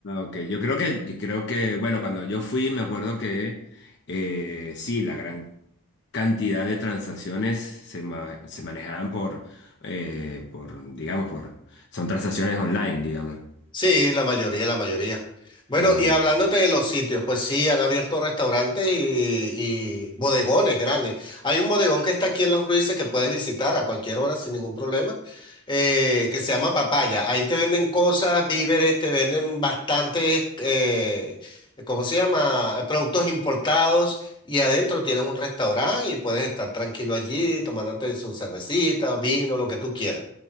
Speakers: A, on the left (about 55°); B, on the left (about 20°).
A: ok. Yo creo que, yo creo que, bueno, cuando yo fui, me acuerdo que eh, sí, la gran cantidad de transacciones se, ma- se manejaban por, eh, por, digamos, por, son transacciones online, digamos.
B: Sí, la mayoría, la mayoría. Bueno,
A: Ujú.
B: y hablándote de los sitios, pues sí, han abierto restaurantes y, y bodegones grandes. Hay un bodegón que está aquí en Los Ruices que puedes visitar a cualquier hora sin ningún problema, eh, que se llama Papaya. Ahí te venden cosas, víveres, te venden bastantes, eh, ¿cómo se llama? Eh, Productos importados y adentro tienes un restaurante y puedes estar tranquilo allí tomándote su cervecita, vino, lo que tú quieras.